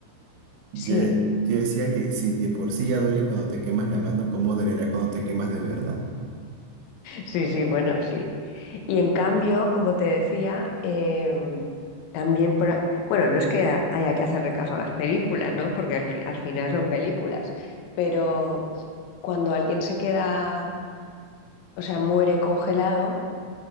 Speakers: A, on the right; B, on the left.
A: yo,
B: sí,
A: yo decía que si de por sí ya duele cuando te quemas la mano, ¿cómo dolerá cuando te quemas de verdad?
B: sí, sí, bueno, sí. Y en cambio, como te decía, eh, también, por, a- bueno, no es que ha- haya que hacerle caso a las películas, ¿no? Porque al, fi- al final son películas, pero cuando alguien se queda, o sea, muere congelado